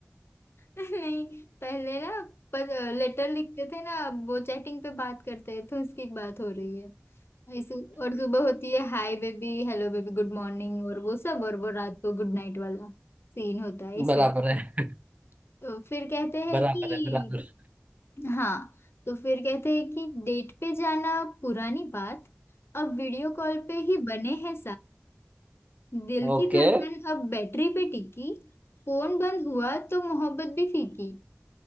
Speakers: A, on the left; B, on the right.
A: नहीं पहले ना पर लेटर लिखते थे ना अब वो चैटिंग पे बात करते हैं तो उसकी बात हो रही है इसी और सुबह होती है hi baby hello baby good morning और वो सब और वो रात को गुड नाइट वाला सीन होता है
B: <laughs>
A: इसीलिए
B: बराबर है
A: तो फिर कहते हैं
B: बराबर
A: कि
B: है बराबर
A: हाँ तो फिर कहते हैं कि डेट पे जाना पुरानी बात अब वीडियो कॉल पे ही बने हैं दिल
B: ओके
A: की धड़कन अब बैटरी पे टिकी फोन बंद हुआ तो मोहब्बत भी फीकी